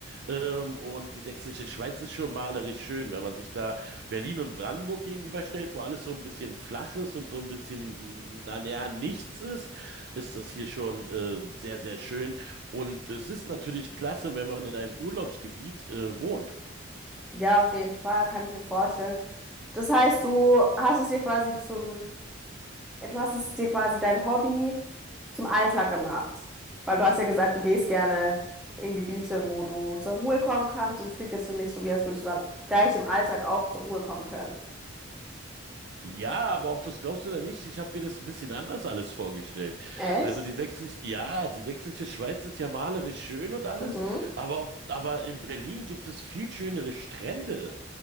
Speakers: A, on the right; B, in the centre.
A: Ähm, und die sächsische Schweiz ist schon malerisch schön, wenn man sich da Berlin und Brandenburg gegenüberstellt, wo alles so ein bisschen flach ist und so ein bisschen, na ja, nichts ist, ist das hier schon äh, sehr, sehr schön. Und es ist natürlich klasse, wenn man in einem Urlaubsgebiet äh, wohnt.
B: Ja, auf jeden Fall, kann ich mir vorstellen. Das heißt, du hast es dir quasi zum, du hast es dir quasi dein Hobby zum Alltag gemacht. Weil du hast ja gesagt, du gehst gerne in Gebiete, wo du zur Ruhe kommen kannst. Und es klingt jetzt für mich so, wie als würdest du dann gleich im Alltag auch zur Ruhe kommen können.
A: Ja, aber ob du es glaubst oder nicht, ich habe mir das ein bisschen anders alles vorgestellt.
B: Echt?
A: Also die sächsische, ja, die sächsische Schweiz ist ja malerisch schön und alles,
B: Mhm,
A: aber, ob- aber in Berlin gibt es viel schönere Strände.